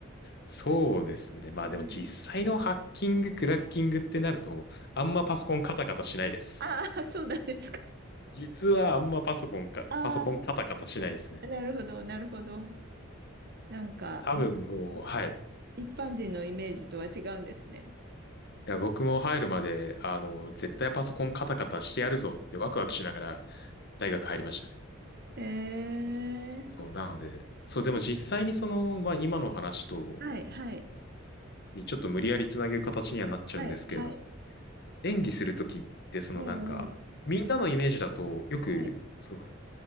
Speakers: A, on the left; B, on the right.
A: そうですね。まあでも実際のハッキング、
B: うん。
A: クラッキングってなると、あんまパソコンカタカタしないです。
B: ああ、そうなんですか。
A: 実はあんまパソコンか、
B: あ
A: パソコンカタカタしないですね。
B: あ。<laughs> なるほど、なるほど。なんか、
A: 多分もう、
B: でい
A: はい。い
B: 一般人のイメージとは違うんですね。
A: や、僕も入るまで、あの、絶対パソコンカタカタしてやるぞってワクワクしながら大学入りましたね。
B: えー、
A: そう、なので、そう、でも実際にその、まあ今の話と、
B: はい、はい、
A: にちょっと無理やりつなげる形にはなっちゃうんですけれども、
B: はい、はい、
A: 演技するときって、そのなんか、
B: えー、
A: みんなのイメージだと、よく、
B: はい、
A: その、